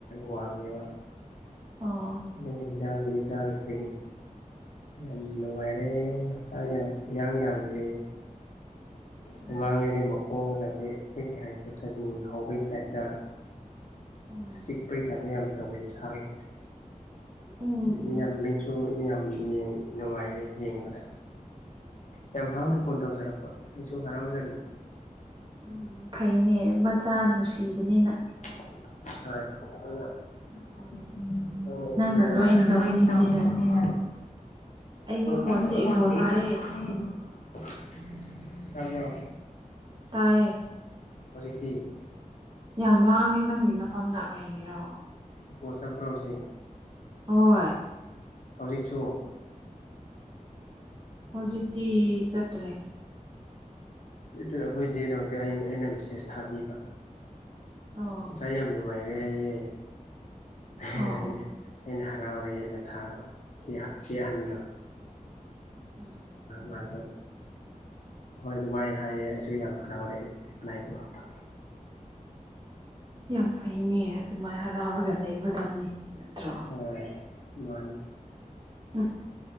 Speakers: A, on the left; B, on the right.
A: ꯋꯥꯡꯉꯦꯕ
B: ꯑꯣ
A: ꯑꯗꯨꯒꯤ ꯍꯤꯗꯥꯛꯒꯨꯂꯤ ꯆꯔꯨꯕꯗꯒꯤ ꯌꯥꯝ ꯅꯨꯡꯉꯥꯏꯔꯦ ꯃꯁꯥ ꯌꯥꯝ ꯏꯌꯥꯡ ꯌꯥꯡꯈ꯭ꯔꯦ
B: ꯑꯣ
A: ꯃꯃꯥꯡꯉꯩꯗꯤ ꯃꯈꯣꯡꯒꯁꯦ ꯑꯩꯈꯣꯏ ꯀꯩ ꯍꯥꯏꯁꯤꯔꯥ ꯁꯖꯤꯡ ꯍꯧꯕꯩ ꯇꯥꯏꯞꯇ
B: ꯎꯝ
A: ꯆꯤꯛꯄꯩ ꯇꯥꯏꯞꯇꯥ ꯌꯥꯝ ꯇꯧꯋꯦ ꯃꯁꯥ ꯀꯩꯀꯥꯁꯦ
B: ꯎꯝ
A: ꯉꯁꯤꯗꯤ
B: ꯎꯝ
A: ꯌꯥꯝ ꯃꯤꯠꯁꯨ ꯑꯗꯨꯝ ꯌꯥꯝ ꯅꯨꯡꯉꯥꯏꯔꯦ ꯌꯦꯡꯕꯗ ꯌꯥꯝ ꯍꯔꯥꯎꯅ
B: ꯎꯝ
A: ꯐꯣꯟ ꯇꯧꯖꯔꯛꯄ ꯑꯩꯁꯨ ꯍꯔꯥꯎꯖꯔꯤꯕ
B: ꯎꯝ ꯐꯩꯌꯦꯅꯦ ꯃꯆꯥ ꯅꯨꯡꯁꯤꯕꯅꯤꯅ
A: ꯍꯣꯏꯑꯗꯨꯅ
B: ꯑꯗꯨꯅꯦ
A: <unintelligible>
B: ꯅꯪꯅ ꯂꯣꯏ ꯇꯧꯕꯤꯕꯅꯤꯅ ꯑꯩꯒꯤ ꯐꯣꯟꯁꯦ
A: ꯑꯩ ꯐꯣꯟ
B: ꯏꯀꯣ
A: ꯁꯦ
B: ꯇꯥꯏꯌꯦ
A: <unintelligible> ꯇꯥꯕꯔꯣ
B: ꯇꯥꯏꯌꯦ
A: ꯍꯧꯖꯤꯛꯇꯤ
B: ꯌꯥꯝ ꯂꯥꯡꯉꯦ ꯅꯪꯒꯤ ꯅꯐꯝꯗ ꯀꯩꯒꯤꯔꯣ
A: ꯏꯀꯣ ꯆꯥꯥꯠꯄꯔꯣ ꯍꯧꯖꯤꯛ
B: ꯍꯣꯏ
A: ꯍꯧꯖꯤꯛꯁꯨ
B: ꯍꯧꯖꯤꯛꯇꯤ ꯆꯠꯇ꯭ꯔꯦ
A: ꯑꯩꯈꯣꯏ ꯆꯦꯗꯣ ꯍꯧꯖꯤꯛ ꯑꯩ ꯑꯩꯅ ꯃꯦꯁꯦꯖ ꯊꯥꯕꯤꯕ
B: ꯑꯣ
A: ꯉꯁꯥꯏ ꯌꯥꯝ ꯅꯨꯡꯉꯥꯏꯔꯦ ꯔꯦ ꯍꯥꯏꯌꯦ ꯑꯩꯅ
B: ꯑꯣ ꯑꯣ
A: ꯑꯩꯅ ꯍꯔꯥꯎꯔꯦꯅ ꯊꯥꯕ ꯆꯦ ꯑꯍꯟꯗꯣ
B: ꯎꯝ
A: ꯃꯖꯨ ꯍꯣꯏ ꯑꯗꯨꯃꯥꯏꯅ ꯍꯥꯏꯌꯦ ꯑꯩꯁꯨ ꯌꯥꯝ ꯍꯔꯥꯎꯔꯦ ꯔꯤꯄ꯭ꯂꯥꯏ ꯇꯧꯔꯛꯄ
B: ꯌꯥꯝ ꯐꯩꯅꯦ ꯑꯗꯨꯃꯥꯏꯅ ꯍꯔꯥꯎꯔꯒ ꯂꯩꯒꯗꯕꯅꯤ ꯅꯠꯇ꯭ꯔꯣ
A: ꯍꯣꯏ ꯃꯥꯅꯤ
B: ꯎꯝ